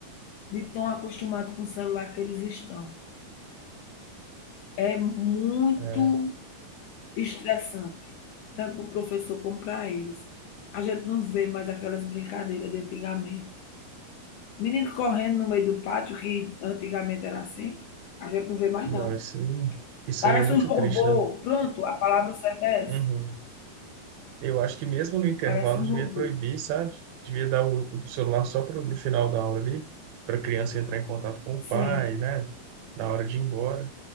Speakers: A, on the left; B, on the right.
A: de tão acostumado com o celular que eles estão. É muito
B: É,
A: estressante, tanto para o professor como para eles. A gente não vê mais aquelas brincadeiras de antigamente. Menino correndo no meio do pátio, que antigamente era assim, a gente não vê mais,
B: não,
A: não.
B: isso aí, isso
A: Parece
B: aí é muito
A: um robô.
B: triste, né?
A: Pronto, a palavra certa é essa.
B: Uhum. Eu acho que mesmo no intervalo
A: Parece um
B: devia
A: robô.
B: proibir, sabe? Devia dar o, o celular só pro, no final da aula ali, para a criança entrar em contato com o
A: Sim,
B: pai, né? Na hora de ir embora.